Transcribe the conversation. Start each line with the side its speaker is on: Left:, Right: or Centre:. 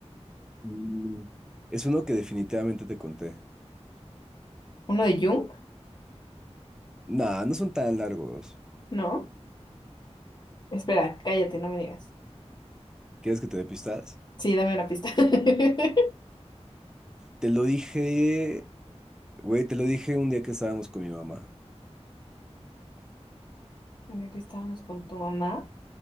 Centre: Mm. Es uno que definitivamente te conté.
Left: ¿Uno de Jung?
Centre: Nah, no son tan largos.
Left: ¿No? Espera, cállate, no me digas.
Centre: ¿Quieres que te dé pistas?
Left: Sí, dame una pista. <laughs>
Centre: Te lo dije, güey, te lo dije un día que estábamos con mi mamá.
Left: Ya que estábamos con tu mamá.